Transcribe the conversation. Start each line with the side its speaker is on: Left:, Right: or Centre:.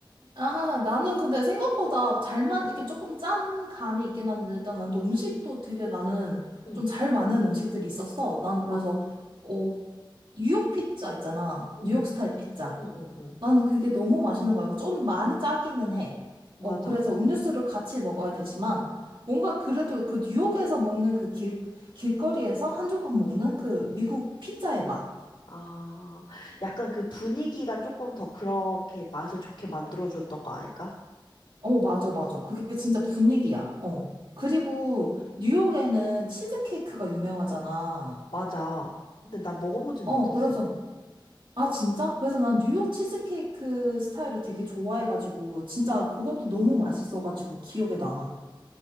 Right: 아, 나는 근데 생각보다 잘만, 이렇게 조금 짠 감이 있긴 한데, 일단 난 또 음식도 되게 나는
Left: 응.
Right: 좀 잘 맞는 음식들이 있었어. 나는 그래서,
Left: 아,
Right: 어, 뉴욕 피자 있잖아.
Left: 응,
Right: 뉴욕 스타일 피자.
Left: 응, 응, 응.
Right: 나는 그게 너무 맛있는 거야. 좀 많이 짜기는 해.
Left: 맞아.
Right: 어, 그래서 음료수를 같이 먹어야 되지만, 뭔가 그래도 그 뉴욕에서 먹는 그 길, 길거리에서 한 조각 먹는 그 미국 피자의 맛.
Left: 아, 약간 그 분위기가 조금 더 그렇게 맛을 좋게 만들어줬던 거 아닐까?
Right: 어, 맞아, 맞아. 그게 진짜 분위기야. 어. 그리고 뉴욕에는 치즈케이크가 유명하잖아.
Left: 맞아. 근데 나 먹어보진
Right: 어,
Left: 못했어.
Right: 그래서, 아, 진짜? 그래서 난 뉴욕 치즈케이크 스타일을 되게 좋아해가지고, 진짜
Left: 음.
Right: 그것도 너무 맛있어가지고 기억에 남아.